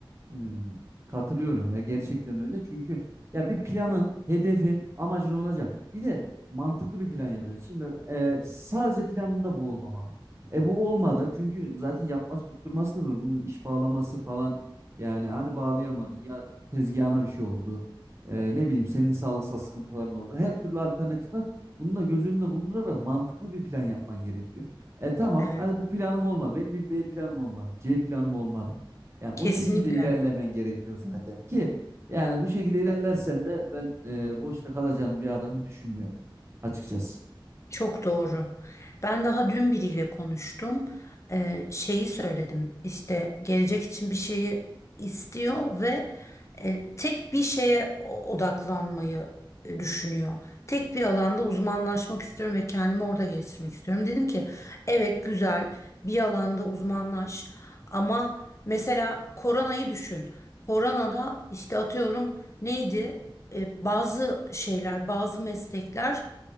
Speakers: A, on the right; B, on the left.
A: Hmm, katılıyorum ya gerçekten öyle çünkü ya bir planın, hedefin, amacın olacak. Bir de mantıklı bir plan yapacaksın. Şimdi e, sadece planında bu olmamalı. E bu olmadı çünkü zaten yapması tutturması da zor. Bunun iş bağlaması falan yani hadi bağlayamadın ya tezgahına bir şey oldu. E, ne bileyim senin sağlıksal sıkıntıların oldu. Her türlü alternatif var. Bunu da göz önünde bulundurarak mantıklı bir plan yapman gerekiyor. E tamam
B: Evet,
A: hadi bu planım olmadı. Benim bir B planım olmalı, C planım olmalı. Yani o
B: kesinlikle.
A: şekilde ilerlemen gerekiyor zaten ki yani bu şekilde ilerlersen de ben e, boşta kalacağını bir adamın düşünmüyorum açıkçası.
B: Çok doğru. Ben daha dün biriyle konuştum. Ee, şeyi söyledim. İşte gelecek için bir şeyi istiyor ve e, tek bir şeye o- odaklanmayı e, düşünüyor. Tek bir alanda uzmanlaşmak istiyorum ve kendimi orada geliştirmek istiyorum. Dedim ki evet güzel bir alanda uzmanlaş ama mesela koronayı düşün. Koronada işte atıyorum neydi? E, bazı şeyler, bazı meslekler